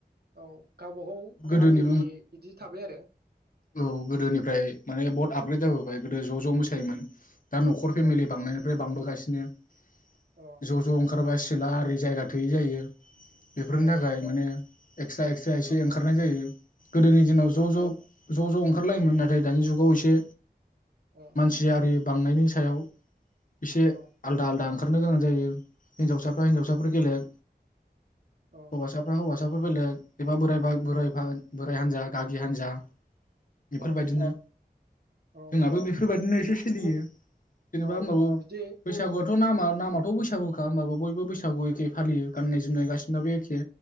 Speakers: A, on the right; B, on the left.
A: औ गावबागाव
B: गोदोनि
A: गामिनि बिदि थाबाय आरो।
B: औ गोदोनिफ्राय माने बहत आपग्रेद जाबोबाय गोदो ज' ज' मोसायोमोन। दा नखर
A: अ
B: फेमेलि बांनायनिफ्राय बांबो गासिनो ज'
A: अ
B: ज' ओंखारबा सोला आरि जायगा थोयि जायो। बेफोरनि
A: अ
B: थाखाय माने एक्सट्रा एक्सट्रा एसे
A: अ
B: ओंखारनाय जायो गोदोनि दिनाव
A: औ
B: ज' ज' ज' ज' ओंखारलायोमोन नाथाय दानि जुगाव एसे
A: अ
B: मानसि आरि बांनायनि सायाव एसे
A: अ
B: आलदा आलदा ओंखारनो गोनां जायो हिन्जावसाफ्रा हिन्जावसाफोर बेलेग
A: अ
B: हौवासाफ्रा हौवासा फसाफोर बेलेग एबा बोराइ बा बोराइफा बोराइ हान्जा गागि हान्जा बेफोरबायदिनो
A: अ औ
B: जोंहाबो बेफोरबायदिनोसे
A: बिदि
B: सोलियो एसे जेनेबा
A: औ
B: होमबाबो
A: बिदि
B: बैसागु थ' नामा नामाथ' बैसागुखा होमबाबो बयबो बैसागु एखे फालियो गाननाय जोमनाय गासिनाबो एखे।